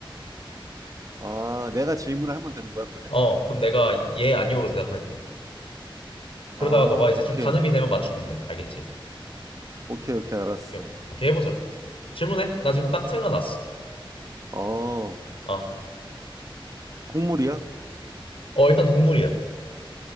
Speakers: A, on the right (about 40°); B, on the left (about 85°).
A: 아, 내가 질문을 하면 되는 거야, 그러면?
B: 어 그럼 내가 예 아니오로 대답할게 그러다가
A: 아,
B: 너가 이제
A: 오케이.
B: 좀 가늠이 되면 맞추면 돼 알겠지?
A: 오케이, 오케이, 알았어.
B: 여- 오케이 해보자 질문해 나 지금
A: 음.
B: 딱 생각났어
A: 어,
B: 어,
A: 동물이야?
B: 어 일단 동물이야